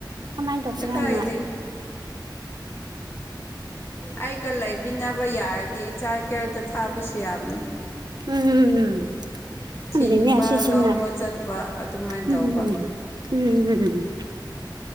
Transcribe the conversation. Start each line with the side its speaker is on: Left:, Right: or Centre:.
Right: ꯀꯃꯥꯏꯅ ꯇꯧꯁꯤꯔ
Left: ꯀꯗꯥꯏꯗꯒꯤ
Right: ꯍꯥꯟꯅ
Left: ꯑꯩꯒ ꯂꯩꯕꯤꯅꯕ ꯌꯥꯔꯗꯤ ꯆꯥꯏꯜ ꯀꯤꯌꯥꯔꯗ ꯊꯥꯕꯁꯨ ꯌꯥꯕꯅꯦ
Right: ꯎꯝ ꯈꯪꯗꯦꯅꯦ
Left: ꯊꯤꯟꯕ
Right: ꯑꯁꯤꯁꯤꯅ
Left: ꯂꯧꯕ ꯆꯠꯄ ꯑꯗꯨꯃꯥꯏꯅ
Right: ꯎꯝ
Left: ꯇꯧꯕ
Right: ꯎꯝ ꯍꯝ